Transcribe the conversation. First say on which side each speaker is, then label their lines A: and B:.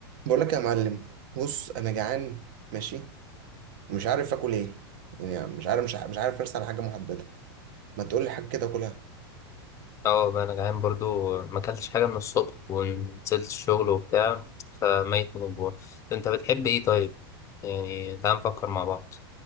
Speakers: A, on the right; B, on the left.
A: بقول لك يا معلم بص انا جعان ماشي ومش عارف اكل ايه يعني مش عارف مش عارف, مش عارف ارسل على حاجه محدده ما تقول لي حاجه كده اكلها
B: اه والله انا جعان برضو ما اكلتش حاجه من الصبح ونزلت الشغل وبتاع فميت من الجوع انت بتحب ايه طيب يعني تعال نفكر مع بعض